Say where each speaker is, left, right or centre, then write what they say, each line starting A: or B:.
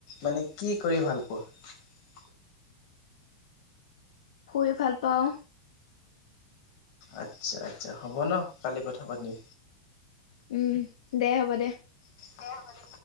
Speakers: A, on the left; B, on the left.
A: মানে কি কৰি ভাল পোৱা
B: শুই ভাল পাওঁ
A: আচ্ছা আচ্ছা হ'ব ন কালি কথা পাতিম
B: উম দে হ'ব দে
A: দে হ'ব দে